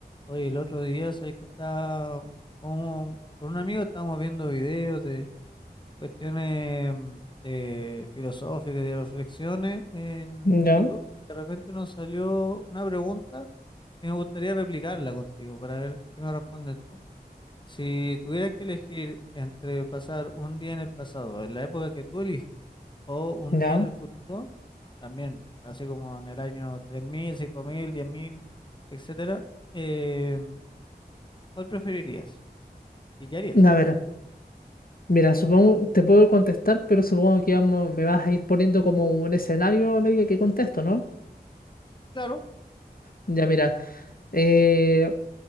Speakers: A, on the left; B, on the left.
A: Oye, el otro día, ¿sabes que estaba como, con un amigo estábamos viendo videos de cuestiones mm, eh, filosóficas y de reflexiones en,
B: Ya,
A: en YouTube y de repente nos salió una pregunta que me gustaría replicarla contigo para ver qué me respondes tú. Si tuvieras que elegir entre pasar un día en el pasado, en la época que tú elijas, o un
B: ya.
A: día en el futuro, también, así como en el año tres mil cinco mil diez mil etcétera, eh, ¿Cuál preferirías? ¿Y qué harías?
B: A ver, mira, supongo, te puedo contestar, pero supongo que vamos, me vas a ir poniendo como un escenario a medida que contesto, ¿no?
A: Claro,
B: Ya, mira, eh,